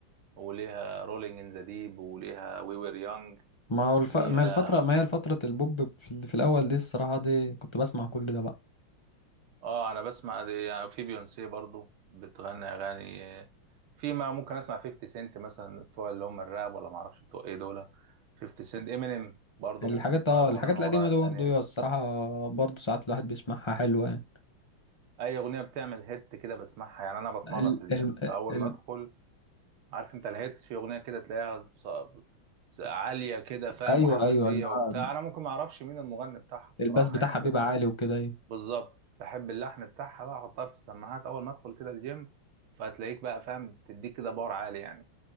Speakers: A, on the right (about 85°); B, on the left (about 15°).
A: وليها رولينج ان ذا ديب وليها وي وير يونج
B: ما هو الف...
A: ليها
B: ما الفترة ما هي فترة البوب في في الاول دي الصراحة دي كنت بسمع كل ده بقى
A: اه انا بسمع دي يعني في بيونسي برضو بتغني اغاني في ما ممكن اسمع 50 سنت مثلا بتوع اللي هم الراب ولا ما اعرفش بتوع ايه دول 50 سنت امينيم برضو
B: الحاجات
A: ممكن اسمع
B: اه
A: له اغنيه
B: الحاجات
A: من وراء
B: القديمة
A: التانية
B: دي برضه أيوه، الصراحة برضه ساعات الواحد بيسمعها حلوة يعني.
A: اي اغنيه بتعمل هيت كده بسمعها يعني انا بتمرن
B: ال...
A: في الجيم
B: ال...
A: فاول
B: ال...
A: ما ادخل عارف انت الهيتس في اغنيه كده تلاقيها ص- ص- عاليه كده فاهم
B: ايوه
A: وحماسيه
B: ايوه اللي
A: وبتاع
B: هو
A: انا ممكن ما اعرفش مين المغني بتاعها بصراحه
B: الباس بتاعها
A: يعني
B: بيبقى
A: بس
B: عالي وكده ايوه
A: بالظبط بحب اللحن بتاعها بقى احطها في السماعات اول ما ادخل كده الجيم فهتلاقيك بقى فاهم تديك كده باور عالي يعني